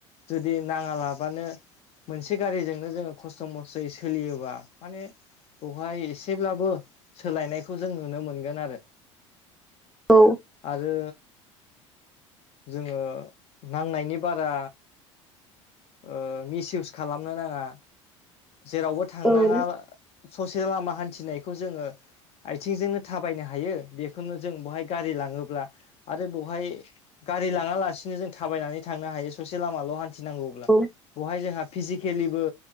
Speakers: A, on the left; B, in the centre.
A: जुदि नाङा लाबानो मोनसे गारिजोंनो जोङो खस्थ' मस्थ'यै सोलियोबा माने बेवहाय एसेब्लाबो सोलायनायखौ जों नुनो मोनगोन आरो
B: औ
A: आरो जोङो नांनायनि बारा ओ मिसइउस खालामनो नाङा जेरावबो थांनाङा
B: औ
A: ससे लामा हान्थिनायखौ जोङो आथिंजोंनो थाबायनो हायो बेखौनो जों बहाय गारि लाङोब्ला आरो बहाय गारि लाङा लासिनो जों थाबायनानै थांनो हायो ससे लामाल' हान्थिनांगौब्ला
B: औ
A: बहाय जोंहा फिजिकेलिबो